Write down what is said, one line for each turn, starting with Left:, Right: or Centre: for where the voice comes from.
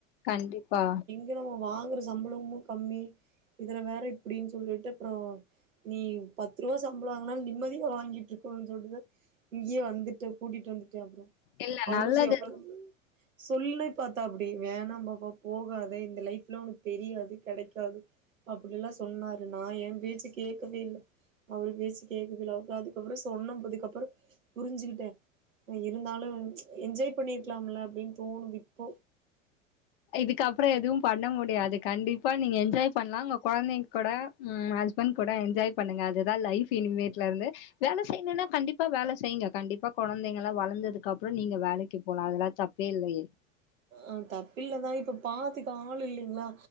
Left: கண்டிப்பா
Right: இப்ப நம்மோ வாங்குற சம்பளமு கம்மி இதுல வேற இப்டின் சொல்லிட்டு அப்றோ நீ பத்து ரூபா சம்பளவாங்குனாலு நிம்மதியா வாங்கிட்டு இருக்கோ சொல்லுத இங்கேயே வந்துட்டு கூட்டிட்டு வந்துட்டே அப்றோ
Left: இல்ல
Right: அவுரு
Left: நல்லது
Right: செ எவ்ளோ சொல்லி பாத்தா அப்டி வேணா பாப்பா போகாத இந்த லைஃப்லா ஒனக்கு தெரியாது கெடைக்காது அப்டியெல்லா சொன்னாரு நா ஏன் பேச்சு கேக்கவே இல்ல அவுரு பேச்சு கேக்குதுல அப்றோ அதுக்கப்றோ சொன்னபதுக்கப்பறோ புரிஞ்சுகிட்டே இருந்தாலு என்ஜாய் பண்ணிருக்கலாம்ல அப்டின் தோணுது இப்போ
Left: இதுக்கப்றோ எதுவு பண்ண முடியாது கண்டிப்பா நீங்க என்ஜாய் பண்ணலா உங்க கொழந்தைங்க கூட ம் அதுக் ஹஸ்பண்ட் கூட என்ஜாய் பண்ணுங்க அதுதா லைஃப் இனிமேட்லேருந்து வேல செய்ணுன்னா கண்டிப்பா வேல செய்யுங்க கண்டிப்பா கொழந்தைங்கள்ளா வளந்ததுக்கு அப்றோ நீங்க வேலக்கு போலா அதெல்லா தப் பே இல்லயே
Right: ஆ தப்பில்ல தா இப்ப பாத்துக்க ஆள் இல்லைங்களா